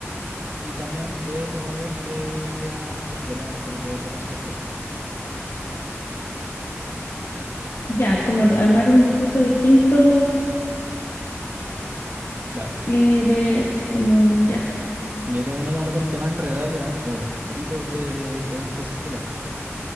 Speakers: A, on the right (about 40°); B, on the left (about 65°).
A: y también puede promover que vean los problemas desde otra perspectiva, po.
B: Ya, es como ar- armar un discurso distinto
A: Claro.
B: eh, de como ya.
A: Y acá venía como la parte más enredada, que eran como los tipos de preguntas circulares. po.